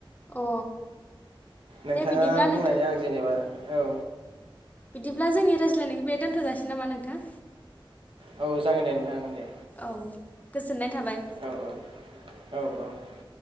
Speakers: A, on the left (about 15°); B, on the right (about 75°).
A: अ
B: नोंथाङा
A: दे बिदिब्ला
B: बुंनायनि
A: नोंथां
B: आं जेनेबा औ
A: बिदिब्ला जोंनि रायज्लायनायखौ बे दोनथ'जासै नामा नोंथां?
B: औ जागोन दे नोंथां दे।
A: औ गोजोननाय थाबाय।
B: औ औ औ